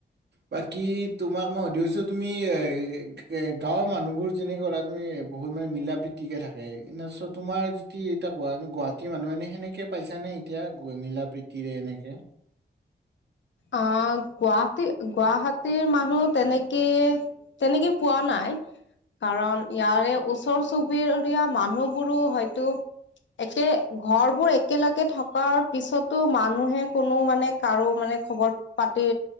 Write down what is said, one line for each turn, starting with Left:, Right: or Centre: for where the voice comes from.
Right: বাকী তোমাক মই সুধিছো তুমি এ গাঁৱৰ মানুহবোৰ যেনেকা তুমি বহুত মানে মিলা প্ৰীতি ঠিকে থাকে এনেত তোমাৰ যিতি এ গুৱাহাটী মানুহ এনে সেনেকে পাইছ নে এতিয়া মিলা প্ৰতি তিৰে এনেকে?
Left: অ' গুৱাহাটী গুৱাহাটীৰ মানুহ তেনেকে তেনেকে পোৱা নাই? কাৰণ ইয়াৰে ওচৰ চুবিবুৰীয়া মানুহবোৰো হয়তো একে ঘৰবোৰ একেলগে থকাৰ পিছতো মানুহে কোনো মানে কাৰো মানে খবৰ পাতি